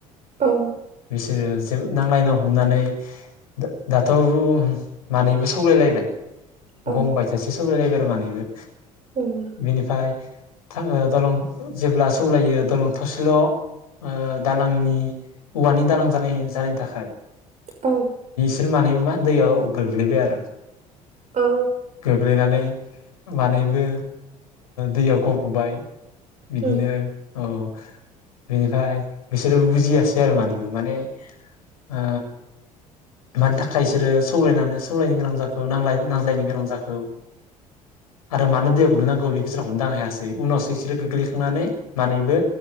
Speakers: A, on the right; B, on the left.
A: औ
B: बिसोरो ज नांलायनो हमनानै दा-दाथ ओ मानैबो स सौलायलायबाय
A: औ
B: गं बायजासे सौलायलायबाय आरो मानैबो
A: उम
B: बिनिफाय थां दलं जेब्ला सौलायो दलं थसेल ओ दालांनि औवानि दालां जानाय-जानायनि थाखाय
A: औ
B: बिसोर मानैबो मा दैयाव गोग्लैबाय आरो
A: औ
B: गोग्लैनानै मानैबो दैयाव ओ गबबाय बिदिनो
A: उम
B: औ बेनिफ्राय बिसोरो बुजियासैआरो मानैबो माने ओ मानि थाखाय बिसोरो सौलायनानै सौलायनो गोनां जाखो खौ नांलाय-नांज्लायनो गोनां जाखो आरो मानो दैया गोल्लैनांगौ जाखो बेखौ बेसोरो हमदांनो हायासै उनावसो इसोरो गोग्लैखांनानै मानैबो